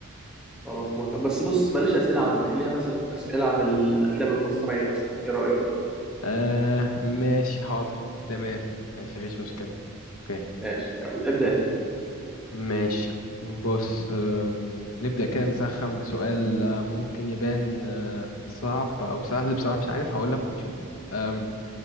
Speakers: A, in the centre; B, on the left.
A: خلاص موافق بس بص بلاش أسئلة عامة خليها مثلا أسئلة عن الأفلام المصرية مثلا إيه رأيك؟
B: آه ماشي حاضر تمام ماشي مفيش مشكله اوكي
A: ماشي يلا ابدأ أنت
B: ماشي بص أم، نبدأ كده نسخن بسؤال آه، ممكن يبان آه، صعب أو سهل بصراحة مش عارف هقولك ونشوف أم،